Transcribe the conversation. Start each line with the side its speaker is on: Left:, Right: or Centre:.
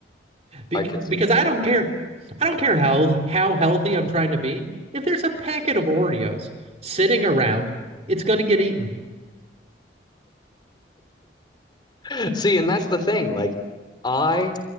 Right: Be-
Left: I could see
Right: because
Left: that.
Right: I don't care. I don't care how how healthy I'm trying to be. If there's a packet of Oreos sitting around, it's going to get eaten.
Left: <laughs> See, and that's the thing. Like, I,